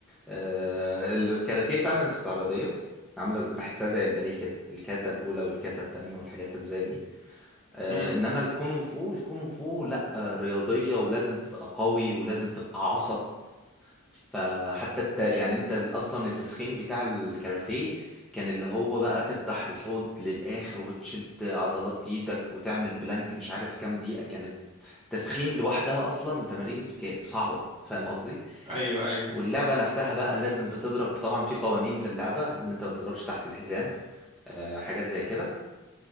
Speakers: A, in the centre; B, on the right.
A: آه، الكاراتيه فعلا استعراضيه عامله زي- بحسها زي الباليه كده الكاتا الاولى والكاتا التانية والحاجات اللي زي دي آه،
B: امم
A: انما الكونغ فو الكونغ فو لا آه، رياضيه ولازم تبقى قوي ولازم تبقى عصب فحتى الت... يعني انت اصلا التسخين بتاع الكاراتيه كان اللي هو بقى تفتح الحوض للاخر وتشد عضلات ايدك وتعمل بلانك مش عارف كام دقيقة كانت تسخين لوحدها اصلا تمارين ك- صعبة فاهم قصدي
B: ايوه ايوه
A: واللعبة نفسها بقى لازم بتضرب طبعا في قوانين في اللعبة ان انت ما تضربش تحت الحزام آه، حاجات زي كده